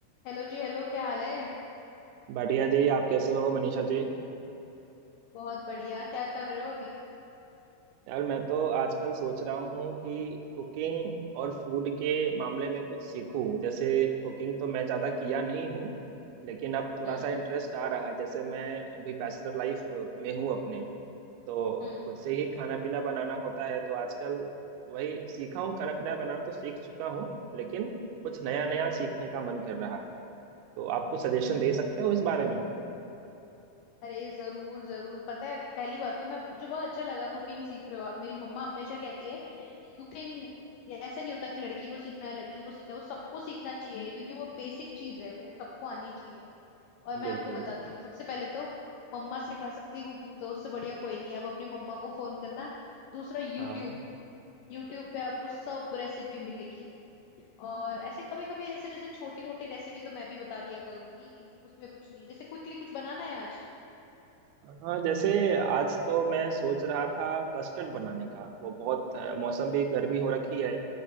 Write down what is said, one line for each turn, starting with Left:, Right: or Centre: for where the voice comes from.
Left: Hello जी Hello क्या हाल है
Right: बढ़िया जी आप कैसे हो मनीषा जी
Left: बहुत बढ़िया क्या कर रहे हो अभी
Right: यार मैं तो आजकल सोच रहा हूँ कि कुकिंग और फूड के मामले में कुछ सीखूं जैसे कुकिंग तो मैं ज़्यादा किया नहीं हूँ लेकिन अब थोड़ा
Left: हम्म
Right: सा इंटरेस्ट आ रहा है जैसे मैं अभी बैचलर लाइफ में हूँ अपने तो
Left: हम्म
Right: खुद से ही खाना पीना बनाना होता है तो आजकल वही सीखा हूँ खाना पीना बनाना तो सीख चुका हूँ लेकिन कुछ नया नया सीखने का मन कर रहा है तो आप कुछ सजेशन दे सकते हो इस बारे में
Left: अरे जरूर जरूर पता है पहली बात तो मैं मुझे बहुत अच्छा लगा कुकिंग सीख रहे हो आप मेरी मम्मा हमेशा कहती है कि कुकिंग ऐसा नहीं होता कि लड़की को सीखना है लड़की को सीखना है वो सबको सीखना चाहिए क्योंकि वो बेसिक चीज है वो सबको आनी चाहिए और मैं
Right: बिल्कुल
Left: आपको बताती हूँ सबसे पहले तो मम्मा सिखा सकती है कुकिंग तो उससे बढ़िया कोई नहीं है। अब अपनी मम्मा को फोन करना दूसरा यूट्यूब
Right: हाँ
Left: यूट्यूब पे आपको सब रेसिपी मिलेगी और ऐसे कभी कभी ऐसे जैसे छोटी मोटी रेसिपी तो मैं भी बता दिया करूंगी उसमें कुछ नहीं है जैसे क्विकली कुछ बनाना है आज
Right: हाँ जैसे आज तो मैं सोच रहा था कस्टर्ड बनाने का वो बहुत अ, मौसम भी गर्मी हो रखी है